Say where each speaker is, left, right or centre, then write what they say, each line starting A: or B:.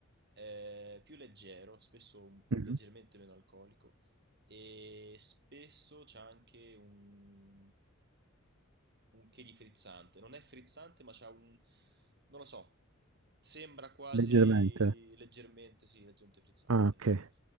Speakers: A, on the right (about 55°); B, on the right (about 75°).
A: eh, più leggero, spesso un-
B: Mhm.
A: leggermente meno alcolico e spesso c'è anche un, un che di frizzante, non è frizzante ma c'ha un, non lo so, sembra quasi
B: Leggermente.
A: leggermente, sì, leggermente frizzante,
B: Ah, ok.